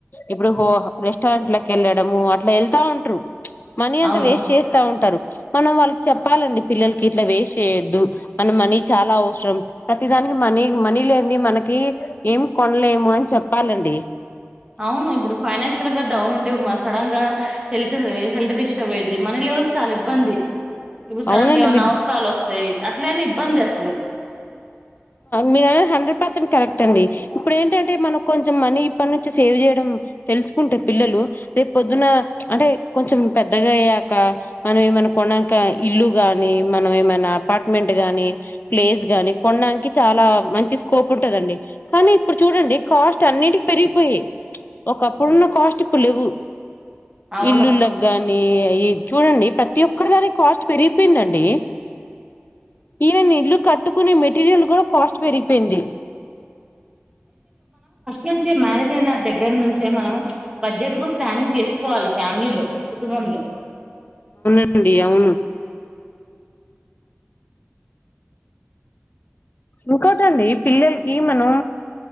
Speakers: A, on the left (about 45°); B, on the right (about 20°).
A: ఇప్పుడు హో రెస్టారెంటలకు వెళ్ళడము ఇట్ల వెళ్తా ఉంటారు మనీ అంతా
B: అవును
A: వేస్ట్ చేస్తా ఉంటారు మనం వాళ్ళకి చెప్పాలండి పిల్లలకి ఇట్ల వేస్ట్ చేయొద్దు మన మనీ చాలా అవసరం ప్రతిదానికి మనీ మనీ లేనిది మనకి ఏం కొనలేము అని చెప్పాలండి
B: అవును ఇప్పుడు ఫైనాన్షియల్గా డౌన్ ఉంటే సడన్ గా హెల్త్ హెల్త్ డిస్టర్బ్ అయిద్ది మనీ లెవెల్ చాలా ఇబ్బంది ఇప్పుడు సడంగ
A: అవునండి
B: ఏమన్నా
A: మీరు
B: అవసరాలు వస్ ఏ అట్లనే ఇబ్బంది అసలు
A: మీర అన్నది హండ్రెడ్ పర్సెంట్ కరెక్ట్ అండి ఇప్పుడు ఏంటంటే మనం కొంచెం మనీ ఇప్పటి నుంచి సేవ్ చేయడం తెలుసుకుంటే పిల్లలు రేపు పొద్దున అంటే కొంచెం పెద్దగా అయ్యాక మనం ఏమైనా కొన్నాక ఇల్లు గాని మనం ఏమైనా అపార్ట్మెంట్ గానీ ప్లేస్ గానీ కొన్నా చాలా మంచి స్కోప్ ఉంటదండి కానీ ఇప్పుడు చూడండి కాస్ట్ అన్నిటికి పెరిగిపోయాయి ఒకప్పుడున్న కాస్ట్ అప్పు లేవు
B: అవును
A: ఇల్లుళకి కానీ ఈ చూడండి ప్రతిఒక్కటి దానికి కాస్ట్ పెరిగి పోయింది అండి ఈవెన్ ఇల్లు కట్టుకొనే మెటీరియల్ కూడా <unintelligible> కాస్ట్ పెరిగిపోయింది
B: నుంచి మ్యారేజ్ అయినా దగ్గర నుంచే మనం బడ్జెట్ కూడా ప్లానింగ్ చేసుకోవాలి ఫ్యామిలీలో కుటుంబంలో
A: అండి అవును ఇంకోటండి పిల్లలకి మనం